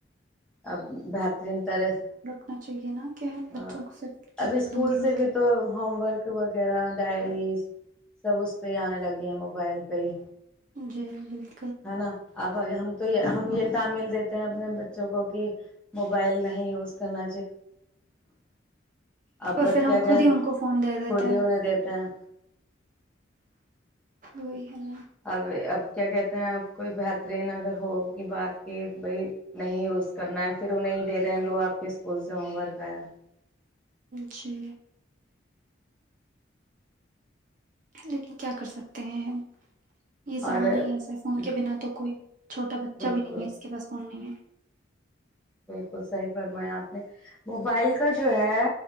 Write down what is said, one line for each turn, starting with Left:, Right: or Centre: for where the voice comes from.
Centre: اب بہترین طرح سے
Right: اچ چاہیے نا کہ ہم
Centre: ہاں
Right: بچوں کو صرف فون
Centre: ابھی اسکول
Right: دور
Centre: سے
Right: رکھیں
Centre: بھی تو ہوم ورک وغیرہ ڈائریز سب اس پہ ہی آنے لگے ہیں موبائل پہ ہی
Right: جی بالکل
Centre: ہے نا اب ہم تو یہ ہم یہ تعمیل دیتے ہیں اپنے بچوں کو کہ موبائل نہیں یوز کرنا اب
Right: اور
Centre: بٹ
Right: پھر ہم
Centre: کیا کہ
Right: خود ہی ان کو فون دے دیتے
Centre: خود
Right: ہیں
Centre: ہی انہیں دیتے ہیں
Right: وہی ہےنا
Centre: اب اب کیا کہتے ہیں اپ کوئی بہترین اگر ہوگی بات کہ بائی نہیں روز کرنا ہے پھر وہ نہیں دے رہے ہیں لو آپ کے اسکول سے ہوم ورک آیا ہے
Right: جی لیکن کیا کر سکتے ہیں یہ زمانہ
Centre: اور
Right: ہی ایسر فون کے بنا تو کوئی چھوٹا بچہ
Centre: بالکل
Right: بھی نہیں ہے جس کے پاس فون نہیں ہے
Centre: بالکل صحیح فرمایا آپ نے موبائل کا جو ہے